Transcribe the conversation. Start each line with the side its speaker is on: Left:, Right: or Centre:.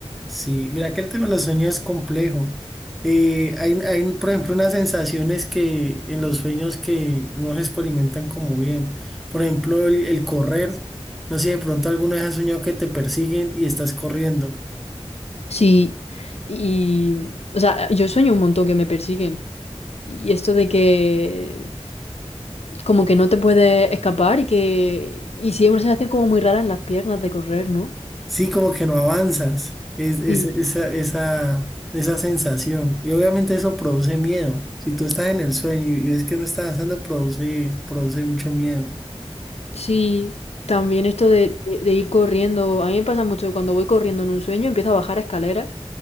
Centre: Sí, mira que el tema de los sueños es complejo. Eh, hay, hay, por ejemplo, unas sensaciones que en los sueños que no se experimentan como bien. Por ejemplo, el, el correr. No sé si de pronto alguna vez has soñado que te persiguen y estás corriendo.
Left: Sí, y, o sea, yo sueño un montón que me persiguen. Y esto de que como que no te puedes escapar y que y sí es una sensación como muy rara en las piernas de correr, ¿no?
Centre: Sí, como que no avanzas. Es, es-
Left: Sí.
Centre: esa, esa, esa sensación. Y obviamente eso produce miedo. Si tú estás en el sueño y ves que no estás avanzando, produce, produce mucho miedo.
Left: Sí, también esto de, de- de ir corriendo, a mí me pasa mucho que cuando voy corriendo en un sueño empiezo a bajar escaleras.